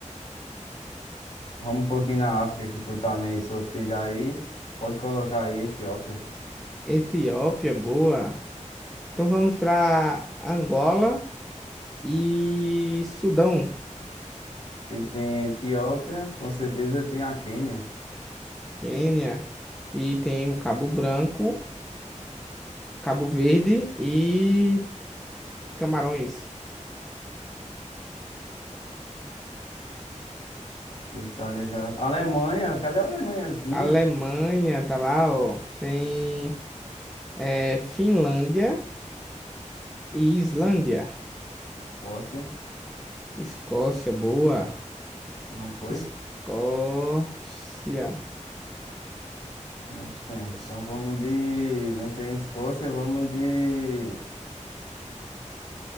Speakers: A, on the left; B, in the centre.
A: Vamos um pouquinho na África, que tu tá meio sofrido aí. Pode colocar aí Etiópia.
B: Etiópia, boa. Então vamos para Angola e Sudão,
A: Se tem Etiópia, com certeza tem a Quênia.
B: Quênia. E tem o Cabo Branco, Cabo Verde e Camarões.
A: Itália já. Alemanha, cadê a Alemanhazinha?
B: Alemanha, tá lá, ó. Tem é, Finlândia e Islândia.
A: Escócia,
B: Escócia, boa.
A: não foi?
B: Escócia.
A: Oxê.
B: Es-
A: Então vamos de. Não tem Escócia, vamos de.